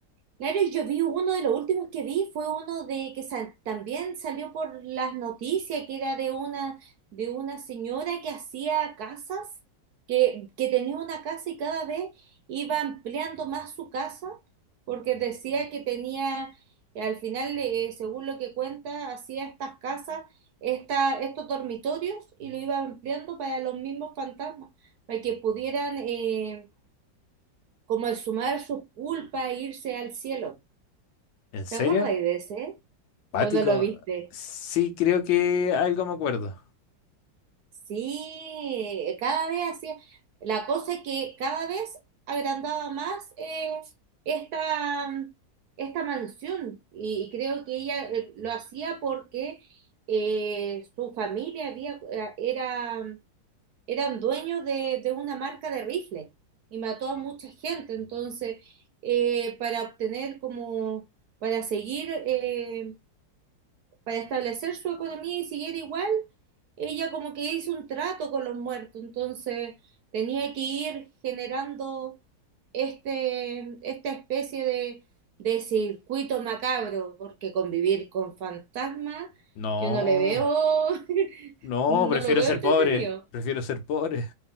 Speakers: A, on the right; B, on the left.
A: Claro, y yo vi uno de los últimos que vi fue uno de que sa- también salió por las noticias, que era de una, de una señora que hacía casas, que, que tenía una casa y cada vez iba ampliando más su casa, porque decía que tenía, eh, al final, eh, según lo que cuenta, hacía estas casas, esta, estos dormitorios y lo iba ampliando para los mismos fantasmas, para que pudieran eh, como exhumar sus culpas e irse al cielo.
B: ¿En serio?
A: ¿Te acordáis de ese?
B: ¿Pático?
A: ¿O no lo viste?
B: Sí, creo que algo me acuerdo.
A: Sí, cada vez hacía. La cosa es que cada vez agrandaba más eh, esta, esta mansión. Y, y creo que ella eh, lo hacía porque eh, su familia había, eh, era, eran dueños de, de una marca de rifles y mató a mucha gente. Entonces, eh, para obtener como, para seguir. eh, para establecer su economía y siguiera igual, ella como que hizo un trato con los muertos, entonces tenía que ir generando este, esta especie de, de circuito macabro, porque convivir con fantasmas,
B: No,
A: yo no le veo, <laughs>
B: no,
A: no
B: prefiero
A: lo veo
B: ser
A: entretenido.
B: pobre. Prefiero ser pobre.